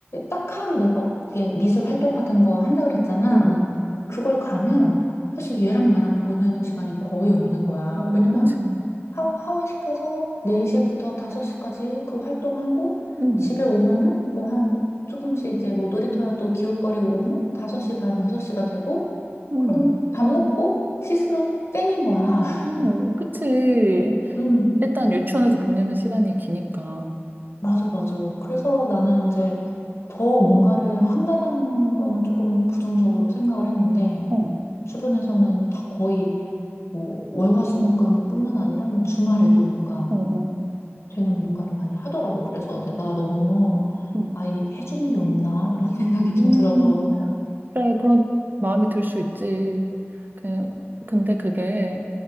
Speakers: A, on the left; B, on the right.
A: 딱 하루 내가 이게 미술 활동 같은 거 한다 그랬잖아.
B: 응, 응,
A: 그걸 가면 사실 얘랑 나랑 보내는 시간이 거의 없는 거야.
B: 어,
A: 왜냐면
B: 그치.
A: 하고 하원시켜서 4시부터 5시까지 그 활동하고
B: 응,
A: 집에 오면은 뭐 한 조금씩 이제 뭐 놀이터라도 기웃거리고 오면 5시 반, 6시가 되고
B: 응,
A: 그럼 밥 먹고 씻으면 땡인 거야.
B: 어,
A: <laughs>
B: 그치.
A: 음,
B: 일단 유치원에서 보내는 시간이 기니까. 어,
A: 맞아, 맞아. 그래서 나는 이제 더 뭔가를 한다라는 거는 조금 부정적으로 생각을 했는데
B: 어,
A: 주변에서는 다 거의 뭐 월화수목금뿐만 아니라 뭐 주말에도 뭔가
B: 어.
A: 되게 뭔가를 많이 하더라고. 그래서 내가 너무
B: 응,
A: 아이에게 해주는 게 없나 이런 <laughs> 생각이
B: 응, 응,
A: 좀 들어서.
B: 그래, 그런 마음이 들 수 있지. 그, 근데 그게,